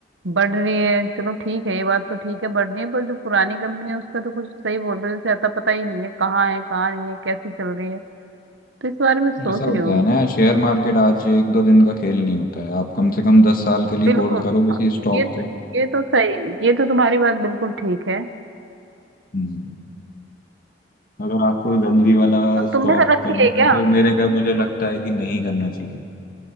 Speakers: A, on the right; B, on the left.
A: बढ़ रही है चलो ठीक है ये बात तो ठीक है बढ़ रही है पर जो पुरानी कंपनी है उसका तो कुछ सही बोल रहे हो जैसे आता पता ही नहीं है कहाँ है कहाँ नहीं है कैसी चल रही है तो इस बारे में सोच
B: ऐसा होता
A: रही हूँ
B: है ना शेयर मार्केट आज एक दो दिन का खेल नहीं होता है आप कम से कम दस साल के लिए
A: बिल्कुल
B: होल्ड करो किसी
A: हाँ
B: स्टॉक
A: ये
B: को
A: ये तो सही ये तो तुम्हारी बात बिल्कुल ठीक है
B: हम्म, अगर आपको जल्दी वाला
A: और
B: स्टॉक
A: तुमने कर रखी
B: करना
A: है क्या
B: है तो मेरे ख्याल मुझे लगता
A: तुम
B: है कि नहीं करना चाहिए